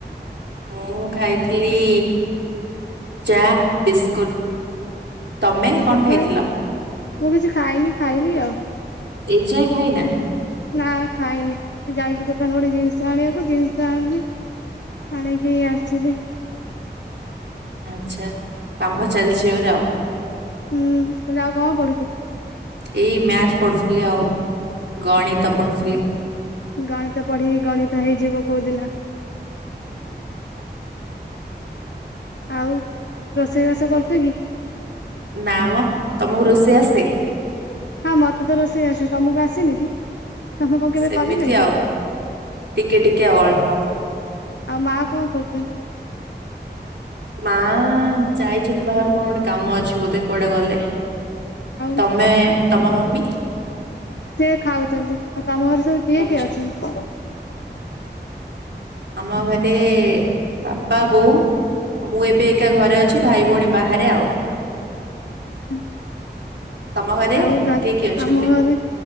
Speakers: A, on the right (about 75°); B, on the left (about 75°).
A: ମୁଁ ଖାଇଥିଲି ଚା, ବିସ୍କୁଟ। ତମେ
B: ଆଉ
A: କଣ
B: ସକାଳେ
A: ଖାଇଥିଲ?
B: ମୁଁ କିଛି ଖାଇନି ଖାଇବି ଆଉ।
A: ଏ ଯାଏଁ ଖାଇନା?
B: ନା ଖାଇନି ଯାଇଛି ଦୋକାନ ଗୋଟେ ଜିନିଷ ଆଣିବାକୁ ଜିନିଷ ଆଣିଲି ଆଣିକି ଏଇ ଆସିିଲି।
A: ଆଛା କାମ ଚାଲିଛି ଘରେ ଆଉ।
B: ହୁଁ କହିଲି ଆଉ କଣ ପଢ଼ୁଛ?
A: ଏଇ ମ୍ୟାଥ୍ ପଢୁଥିଲି। ଆଉ ଗଣିତ ପଢୁଥିଲି।
B: ଗଣିତ ପଢିକି ଗଣିତ ହେଇଯିବ କୋଉଦିନ। ଆଉ ରୋଷେଇବାସ କରୁଛ କି?
A: ନା ମ ତମକୁ ରୋଷେଇ ଆସେ?
B: ହଁ ମତେ ତ ରୋଷେଇ ଆସେ। ତମକୁ ଆସିନି କି? ତମେ କଣ କେବେ
A: ସେମିତି
B: କରିନ କି?
A: ଆଉ ଟିକେ ଟିକେ ଆଉ ଅଳ୍ପ
B: ଆଉ ମା କଣ କରୁଛନ୍ତି?
A: ମାଆ ଯାଇଛନ୍ତି ବାହାରକୁ କଣ ଗୋଟେ କାମ ଅଛି ବୋଧେ, କୁଆଡେ ଗଲେ।
B: ଆଉ
A: ତମେ ତମ ମମି?
B: ସେ ଖାଉଛନ୍ତି। ଆ ତମ ଘରେ ସବୁ କିଏ
A: ଖାଉଛନ୍ତି।
B: କିଏ ଅଛନ୍ତି?
A: ଆମ ଘରେ ବାପା, ବୋଉ ମୁଁ ଏବେ ଏକା ଘରେ ଅଛି। ଭାଇ ଭଉଣୀ ବାହାରେ ଆଉ।
B: ଆଛା।
A: ତମ ଘରେ
B: ଆଉ ଗା
A: କିଏ କିଏ ଅଛନ୍ତି?
B: ଆମ ଘରେ